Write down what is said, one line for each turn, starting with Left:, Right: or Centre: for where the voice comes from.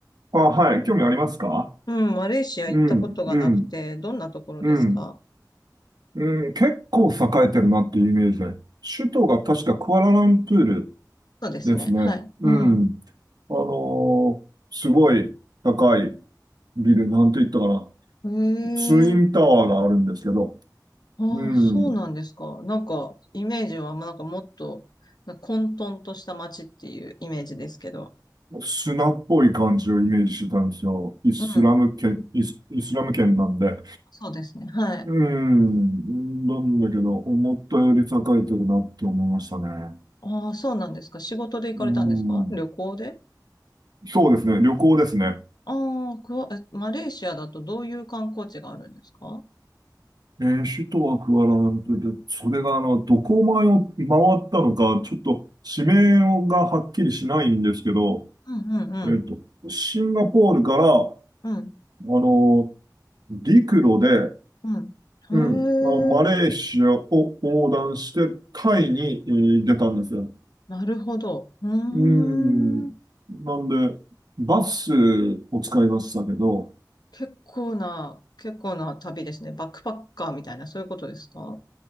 Right: あ、はい。興味ありますか
Left: うん、マレーシア行ったことがなくて、
Right: うん、うん、
Left: どんなところですか
Right: うん、うん。結構栄えてるなっていうイメージで。首都が確かクアラルンプール
Left: そうですね。
Right: ですね。
Left: はい。
Right: うん。
Left: うん。
Right: あのーすごい高いビル、なんて言ったかな。
Left: へえ。
Right: ツインタワーがあるんですけど、
Left: ああ、
Right: うん。
Left: そうなんですか。なんか、イメージは、まあなんかもっと、なんか混沌とした街っていうイメージですけど。
Right: 砂っぽい感じをイメージしてたんですよ。イスラム圏、
Left: うん。
Right: イス、イスラム圏なんで。
Left: そうですね。はい。
Right: うん。なんだけど、思ったより栄えてるなって思いましたね。
Left: ああ、そうなんですか。仕事で行かれたんですか旅行で
Right: うん。そうですね。旅行ですね。
Left: ああ、クワ、え、マレーシアだとどういう観光地があるんですか
Right: えー、首都はクアラルンプールで、それがあの、どこを回を回ったのか、ちょっと地名がはっきりしないんですけど、
Left: うんうんうん。
Right: えっと、シンガポールから、あ
Left: うん。
Right: の、陸路で
Left: うん。
Right: うん。
Left: へ
Right: あ、マレーシアを横断して、
Left: え、
Right: タイに、えー出たんですよ。
Left: なるほど。うーん。
Right: うん。なんで、バスを使いましたけど、
Left: 結構な、結構な旅ですね。バックパッカーみたいな、そういうことですか